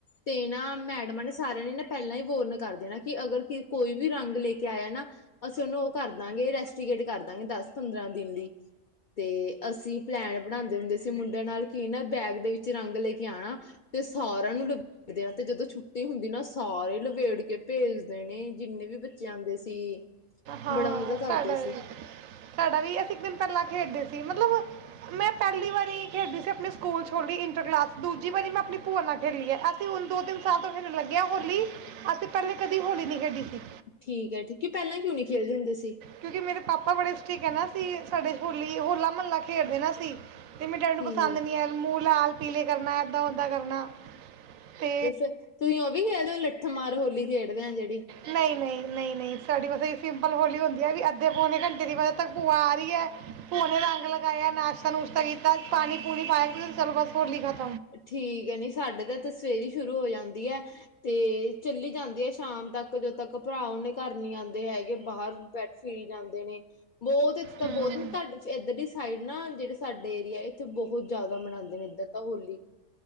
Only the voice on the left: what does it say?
ਤੇ ਨਾ ਮੈਡਮਾਂ ਨੇ ਸਾਰਿਆਂ ਨੇ ਨਾ ਪਹਿਲਾਂ ਹੀ ਵਾਰਨ ਕਰ ਦੇਨਾ ਕਿ ਅਗਰ ਕੋਈ ਵੀ ਰੰਗ ਲੈ ਕੇ ਆਇਆ ਨਾ ਅਸੀਂ ਉਹਨੂੰ ਰੈਸਟੀਗੇਟ ਕਰਦਾਂਗੇ ਦਸ ਪੰਦਰਾਂ ਦਿਨ ਲਈ ਤੇ ਅਸੀਂ ਪਲੈਨ ਬਣਾਦੇ ਹੁੰਦੇ ਸੀ ਮੁੰਡਿਆਂ ਨਾਲ ਬੈਗ ਦੇ ਵਿੱਚ ਰੰਗ ਲੈ ਕੇ ਆਣਾ ਤੇ ਸਾਰਿਆਂ ਨੂੰ ਲਾ ਦੇਣਾ ਤੇ ਜਦੋਂ ਹੁੰਦੀ ਨਾ ਸਾਰੇ ਲਵੇੇੜ ਕੇ ਭੇਜਦੇ ਨੇ ਜਿੰਨੇ ਵੀ ਬੱਚੇ ਆਉਂਦੇ ਸੀ
ਬੜਾ ਮਜਾ ਕਰਦੇ
ਸੀ।
ਠੀਕ ਹੈ ਠੀਕ ਪਹਿਲਾਂ ਕਿਉ ਨੀ ਖੇਲਦੇ ਹੁੰਦੇ ਸੀ।
ਠੀਕ
ਤੁਹੀਂ ਉਹ ਵੀ ਖੇਲਦੇਓ ਲੱਠ ਮਾਰ ਹੋਲੀ ਖੇਡਦੇ ਆ ਜਿਹੜੀ।
ਠੀਕ ਹੈ ਨੀ ਸਾਡੇ ਤਾਂ ਇਥੇ ਸਵੇਰ ਹੀ ਸ਼ੁਰੂ ਹੋ ਜਾਂ <unintelligible> ਤੇ ਚੱਲੀ ਜਾਂਦੀ ਹੈ ਸ਼ਾਮ ਤੱਕ ਜਦੋਂ ਤੱਕ ਭਰਾ ਉਹਨੇ ਘਰ ਨੀ ਆਂਦੇ ਹੈਗੇ ਬਾਹਰ ਬੈਠ ਫਿਰੀ ਜਾਂਦੇ ਨੇ ਬਹੁਤ ਇੱਥੇ ਤਾਂ
ਬਹੁਤ ਤੁਹਾਡੇ ਚ ਇੱਧਰਲੀ ਦੀ ਸਾਈਡ ਨਾ ਜਿਹੜੇ ਸਾਡੇ ਏਰੀਆ ਇੱਥੇ ਬਹੁਤ ਜ਼ਿਆਦਾ ਮਨਾਂਦੇ ਨੇ ਇੱਧਰ ਤਾਂ ਹੋਲੀ।